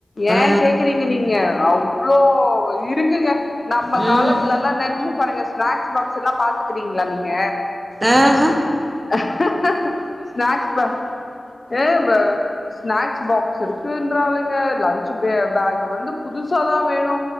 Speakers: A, on the left (about 35°); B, on the right (about 25°).
A: ஏன்
B: ஆ
A: கேக்குறீங்க நீங்க அவ் வ்ளோ இருக்குங்க நம்ம
B: ம்
A: காலத்துலலா பாருங்க ஸ்நாக்ஸ் பாக்ஸலா பாத்துக்கிறீங்ளா நீங்க
B: ஆஹ
A: <inaudible> ஸ்நாக்ஸ் பாக்ஸ் ஆ ஸ்நாக்ஸ் பாக்ஸ் இருக்குன்றா <unintelligible> லஞ்சு பே பேக் வந்து புதுசாதா வேணு